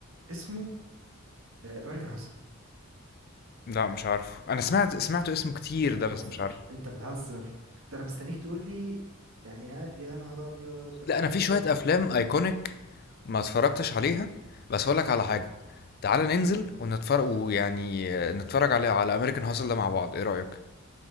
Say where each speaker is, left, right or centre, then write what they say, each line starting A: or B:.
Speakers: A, on the right (about 65°); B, on the left (about 45°).
A: اسمه امريكان هاسل
B: لا مش عارف انا سمعت سمعت اسمه كتير
A: انت
B: ده
A: بتهزر
B: بس مش عارف
A: انت بتهزر ده انا مستنيك تقول لي يعني ها يا نهار ابيض ده
B: لا
A: فيلم
B: انا في
A: جامد
B: شويه
A: فشخ
B: افلام ايكونيك ما اتفرجتش عليها بس هقول لك على حاجه تعالى ننزل ونتفرج ويعني نتفرج على على امريكان هاسل ده مع بعض ايه رايك